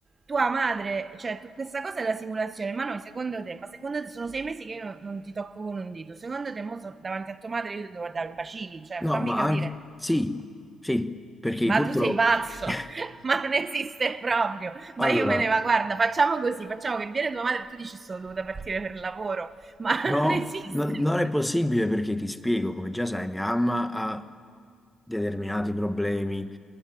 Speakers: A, on the right; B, in the centre.
A: tua madre, cioè tu- questa cosa è la simulazione, ma noi secondo te, ma secondo te sono sei mesi che io non, non ti tocco con un dito, secondo te mo so- davanti a tua madre io ti devo dare i bacini, cioè
B: no,
A: fammi
B: ma
A: capire.
B: anche sì, sì, perché
A: Ma
B: purtroppo...
A: tu sei pazzo,
B: <laughs>
A: <laughs> ma non esiste proprio.
B: Allora,
A: Ma io me ne va, guarda, facciamo così, facciamo che viene tua madre e tu dici sono dovuta partire per lavoro, ma <laughs> non
B: No,
A: esiste.
B: no- non è possibile perché ti spiego, come già sai, mia mamma ha determinati problemi